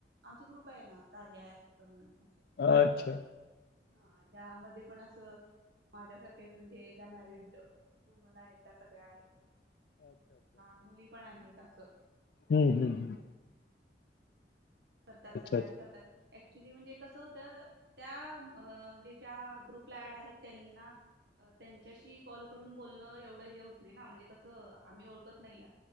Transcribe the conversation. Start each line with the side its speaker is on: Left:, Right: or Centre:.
Right: आमचा ग्रुप आहे ना. कार्या ॲप चा म्हनुन
Left: अच्छा.
Right: हा यामध्ये पण असं, माझ्यासारख्याच म्हणजे ज्या मॅरिड वुमन आहेत, त्या सगळ्या आहेत. मुली पण आहेत आसं.
Left: हम्म हम्म हम्म.
Right: करतात. सगळ्याच
Left: अच्छा.
Right: करतात. अऍक्च्युली म्हणजे कसं होत, त्या म्हणजे ज्या ग्रुपला ड आहेत त्यांना त्यांच्याशी कॉल करून बोलणं एवढं हे होत नाही ना? म्हणजे कसं आम्ही ओळखत नाही.